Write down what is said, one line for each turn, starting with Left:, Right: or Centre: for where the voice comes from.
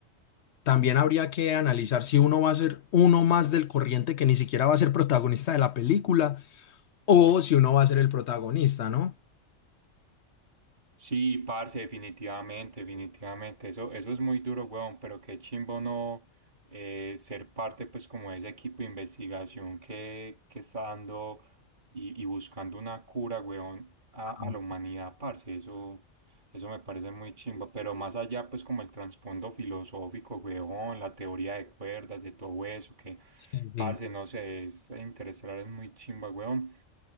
Left: también habría que analizar si uno va a ser uno más del corriente que ni siquiera va a ser protagonista de la película o si uno va a ser el protagonista, ¿no?
Right: sí, parce, definitivamente, definitivamente. Eso, eso es muy duro, weón, pero qué chimbo no eh, ser parte, pues, como de ese equipo de investigación que, que está dando y, y buscando una cura, weón, a,
Left: Ah,
Right: a la humanidad, parce. Eso, eso me parece muy chimbo. Pero más allá, pues, como el trasfondo filosófico, weón, la teoría de cuerdas, de todo eso, que,
Left: Sí, sí.
Right: parce, no sé, es interesar, es muy chimba, weón.